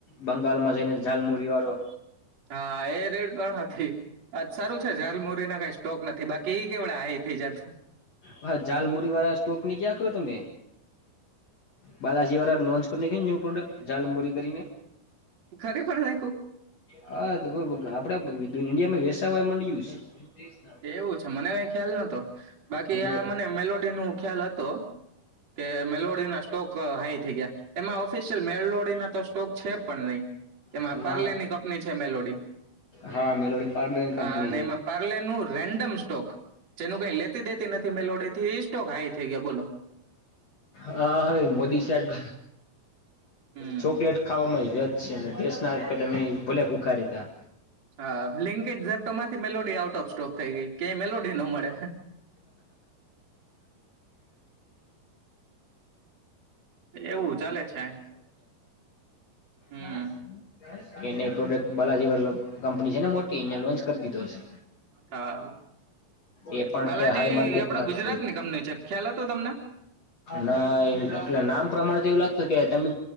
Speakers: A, on the left; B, on the right.
A: બંગાળમાં જઈને ઝાલમુરી વાળો
B: હા એ રેડ પણ હતી અ સારું છે ઝાલમુરી ના કઈ સ્ટોક નથી બાકી એ કેવડા હાઈ થઈ જત
A: હા જાલમુરી વાળા સ્ટોક નની ક્યાં કરો તમે બાલાજી વાળા લોન્ચ કરીને ન્યૂ પ્રોડક્ટ ઝાલમરી કરીને
B: ખરી પણ નાખું
A: હા તો બ આપડે ઇન્ડિયામાં વૈેશયા મંડયુ છે તે જ ના
B: એવું છે મને કઈ ખ્યાલ નતો બાકી
A: છે
B: આ મને મેલોડી નું ખ્યાલ હતો કે મેલોડી ના સ્ટોક હાઈ થઈ ગયા એમાં ઓફિશિયલ મેલોડીના તો સ્ટોક છે પણ નહી એમાં
A: એટલે
B: પારલેની
A: ના
B: કંપની છે મેલોડી
A: હા મેલોડી પાર્લરની
B: અને
A: કંપની છે
B: એમાં પરલેનું રેન્ડમ સ્ટોક જેનું કઈ લેતી દેતી નથી મેલોડીથી એ સ્ટોક હાઈ થઈ ગયા બોલો
A: હા હાઈ મોદી સાહેબ
B: હમ
A: ચોકલેટ ખાવામાં આવી છે દેશના ભોલે <inaudible> કારતા
B: હા બ્લેન્કેટ તો માથી મેલોડી આઉટ ઓફ સ્ટોક થઈ ગઈ કય મેલોડી ન મળે એવું ચાલે છે હમ
A: હા <inaudible> કે એને એ પ્રોડક્ટ બલાજીવાલો કંપની છે ને મોટી અહીંયા લોન્ચ કરી દીધો હશે
B: હા
A: એ પણ
B: બાલાજી
A: અત્યારે હાઈ માર્કેટમાં
B: આપડા ગુજરાતની
A: છે
B: કંપની છે ખ્યાલ હતો તમને
A: ના એટલે નામ પ્રમાણ તો એવું લાગત ક તમે